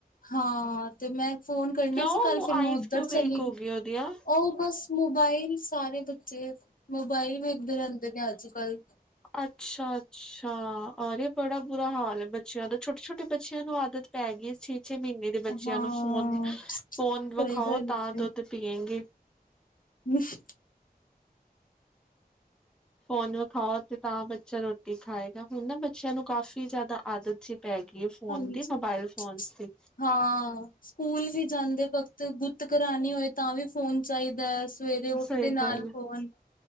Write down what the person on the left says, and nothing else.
ਹਾਂ ਤੇ ਮੈਂ ਫੋਨ ਕਰਨਾ
ਸੀ ਕੱਲ
ਫੇਰ
ਮੈਂ ਉੱਧਰ
ਚਲੀ
ਗਈ
ਉਹ ਬਸ ਮੋਬਾਇਲ ਸਾਰੇ ਬੱਚੇ ਮੋਬਾਇਲ ਵੇਖਦੇ ਰਹਿੰਦੇ ਨੇ ਅੱਜ ਕੱਲ੍ਹ
ਹਾਂ
ਸਹੀ
ਗੱਲ
ਹੈ
<inaudible>
ਹਾਂਜੀ
ਹਾਂ ਸਕੂਲ ਵੀ ਜਾਂਦੇ ਵਕਤ ਗੂਤ ਕਰਾਣੇ ਹੋਏ ਤਾਂ ਵੀ ਫੋਨ ਚਾਹੀਦਾ ਹੈ ਸਵੇਰੇ ਉੱਠਦੇ
ਨਾਲ
ਫ਼ੋਨ